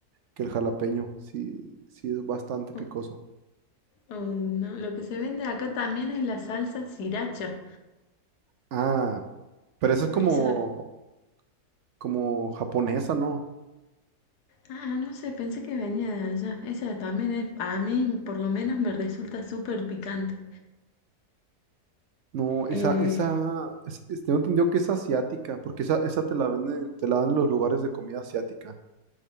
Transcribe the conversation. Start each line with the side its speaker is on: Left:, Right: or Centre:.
Right: que el jalapeño. Sí, sí es bastante picoso.
Left: oh, oh, no. Lo que se vende acá también es la salsa sriracha.
Right: Ah, pero esa es como,
Left: Eso,
Right: como japonesa, ¿no?
Left: ah, no sé, pensé que venía de allá. Esa también es, a mí por lo menos me resulta súper picante.
Right: No, esa,
Left: Eh,
Right: esa, es- es- tengo entendido que es asiática, porque esa, esa te la venden, te la dan en los lugares de comida asiática.